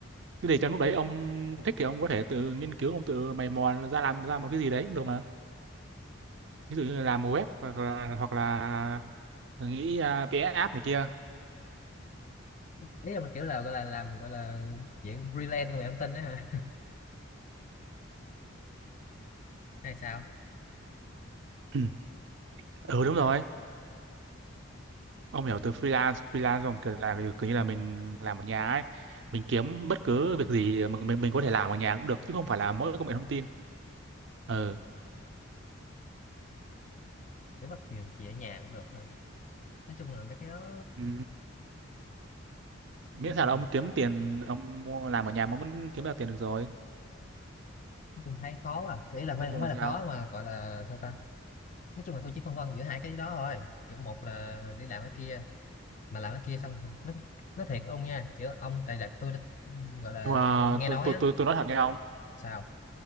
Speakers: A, on the right; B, on the left.
A: cái để trong lúc đấy ông thích thì ông có thể tự nghiên cứu ông tự mày mò ra làm ra một cái gì đấy cũng được mà ví dụ như là làm web hoặc là, hoặc là nghĩ uh, vẽ app này kia
B: ý là kiểu là gọi là làm gọi là dạng freelance của người ông tin đó hả <laughs> hay sao
A: ừ Ừ, đúng rồi ông hiểu từ freelance freelance không kiểu là kiểu như là
B: ừ.
A: mình làm ở nhà ấy mình kiếm bất cứ việc gì mình mình, mình có thể làm ở nhà cũng được chứ không phải là mỗi công nghệ thông tin ừ,
B: kiểu bắt việc gì ở nhà cũng được không nói chung là mấy cái đó
A: ừ. miễn
B: nói
A: sao
B: chung
A: là ông
B: là
A: kiếm tiền ông làm ở nhà mà ông vẫn kiếm được tiền được rồi
B: nói chung thấy khó à cái ý là không
A: nói
B: phải không
A: chung
B: phải
A: là sao
B: là khó mà gọi là sao ta nói chung là tôi chỉ phân vân giữa hai cái đó thôi kiểu một là đi làm cái kia mà làm cái kia xong nó nó thiệt ông nha kiểu ông tại là tôi đã, gọi là
A: nhưng mà
B: nghe, nghe
A: tôi
B: nói
A: tôi
B: á
A: tôi, tôi nói thật nha ông
B: sao